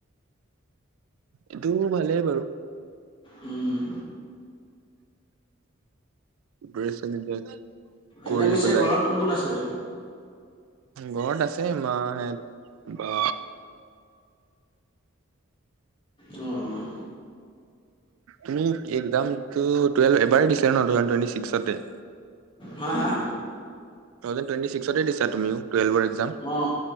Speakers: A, on the right; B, on the left.
A: এইটো ভালেই বাৰু।
B: উম'
A: <unintelligible> কৰি
B: এনেই পিছে
A: পেলাই
B: ঘৰত কোন কোন আছে?
A: ঘৰত আছে মাহেঁত বা।
B: উম' উম'
A: তুমি এক্সামটো টুৱেলভ এবাৰ দিছিলা ন' টু থাউজেণ্ড টুৱেণ্টি ছিক্সতে।
B: হাঁ হাঁ।
A: টু থাওজেণ্ড টুৱেটি ছিক্সতে দিছা তুমিও টুৱেলভৰ এক্সাম?
B: অঁ